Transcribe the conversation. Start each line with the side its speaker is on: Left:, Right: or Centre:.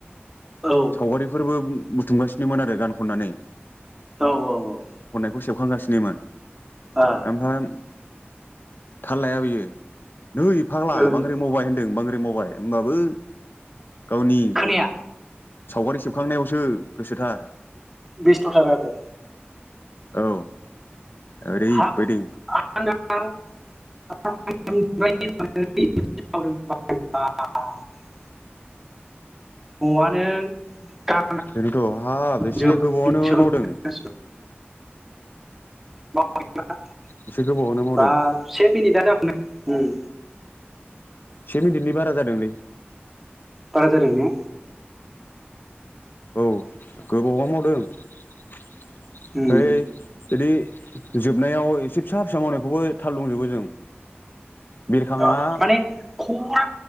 Centre: औ
Left: सावगारिफोरबो बुथुमगासिनोमोन आरो गान खननानै।
Centre: औ औ औ
Left: बेखौ सेबखांगासिनोमोन।
Centre: आ
Left: ओमफाय थाल लाया बेयो नै फाग्ला
Centre: ओं
Left: बांग्रिं मावबाइ होनदों बांग्रि मावबाय ओमबाबो गावनि
Centre: खोनाया
Left: सावगारि सेबखांनायावसो गोसोथार
Centre: बेस्थ'थार आरो
Left: औ ओरैबायदि
Centre: हाब आंना न'आनो <unintelligible> न'आनो दा
Left: ओरैनोथ' हा बेसे
Centre: गाबोमजोब।
Left: गोबावावनो मावदों।
Centre: <unintelligible>
Left: एसे गोबावानो मावदों
Centre: बा से मिनिटा जाबा <unintelligible> उम
Left: से मिनिटनि बारा जादोंलै।
Centre: थारा थारिनो
Left: औ गोबावा मावदों। <inaudible>
Centre: उम
Left: ओइ बिदि जोबनायाव एसे फिसा फिसा मावनायखौबो थाल दंजोबो जों बिरखांआ
Centre: अ माने खुवा